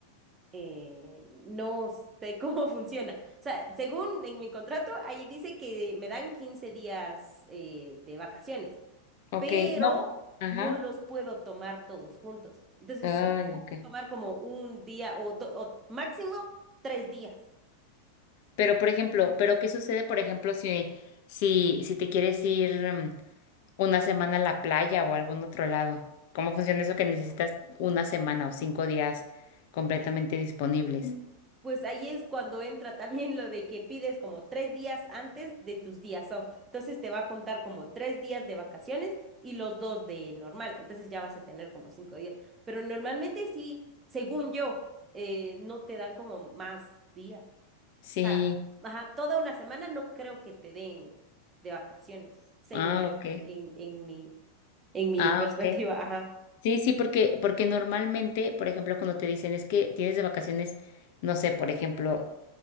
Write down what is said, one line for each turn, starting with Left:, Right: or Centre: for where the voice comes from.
Right: Eh, no sé cómo <laughs> funciona. O sea, según en mi contrato, ahí dice que me dan 15 días eh, de vacaciones,
Left: Ok,
Right: pero
Left: no. Ajá.
Right: no los puedo tomar todos juntos. Entonces,
Left: Ay,
Right: solo puedo
Left: ok.
Right: tomar como un día o, do- o máximo tres días.
Left: Pero, por ejemplo, pero ¿qué sucede, por ejemplo, si, si, si te quieres ir mm, una semana a la playa o a algún otro lado? ¿Cómo funciona eso que necesitas una semana o cinco días completamente disponibles?
Right: Pues ahí es cuando entra también lo de que pides como tres días antes de tus días off. Entonces te va a contar como tres días de vacaciones y los dos de normal. Entonces ya vas a tener como cinco días. Pero normalmente sí, según yo, eh, no te dan como más días. O
Left: Sí.
Right: sea, ajá, toda una semana no creo que te den de vacaciones, según
Left: Ah,
Right: yo,
Left: ok.
Right: en, en mi, en mi
Left: Ah,
Right: perspectiva.
Left: ok.
Right: Ajá.
Left: Sí, sí, porque, porque normalmente, por ejemplo, cuando te dicen es que tienes de vacaciones, no sé, por ejemplo,